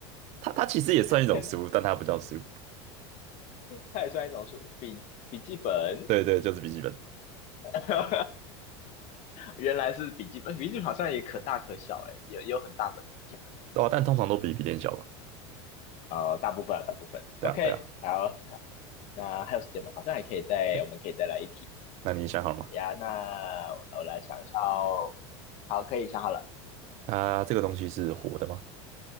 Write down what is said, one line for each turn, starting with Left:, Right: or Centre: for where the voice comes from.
Right: 它它其实也算一种书，
Left: 天哪，
Right: 但它不叫书。
Left: 它也算一种书，笔笔记本。
Right: 对对，就是笔记本。
Left: <laughs> 原来是笔记本，笔记本好像也可大可小、欸，哎，也也有很大本的笔记本。
Right: 哦，但通常都比笔电小吧？
Left: 呃，大部分啊大部分，OK，
Right: 对啊，对啊。
Left: 好，那还有时间吗？好像还可以再，
Right: OK，
Left: 我们可以再来一题。
Right: 那你想好了吗？
Left: 好呀，那我我来想一下哦。好，可以想好了，
Right: 它这个东西是活的吗？